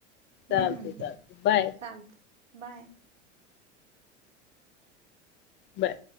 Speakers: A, on the right; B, on the left.
A: हम्म
B: चालते चालते बाय
A: चालत बाय.
B: बाय